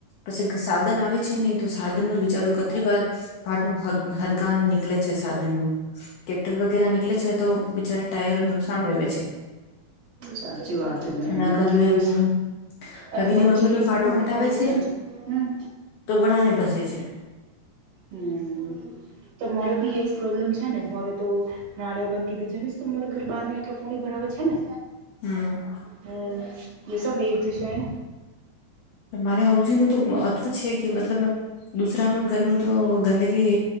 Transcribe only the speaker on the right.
સાચી વાત હે બેન
માં બી
અરે
મોરે
બી
એજ
પ્રોબ્લેમ
હોવે
ને હમ
હમ્મ. તો મારો બી પ્રોબ્લેમ છે ને મારો તો નાળિઓ બંધ કી દીધ ને તમાર ઘર બહાર આ પાણી ભરાવે છે ને?
હમ્મ એ સબ એક જશેન.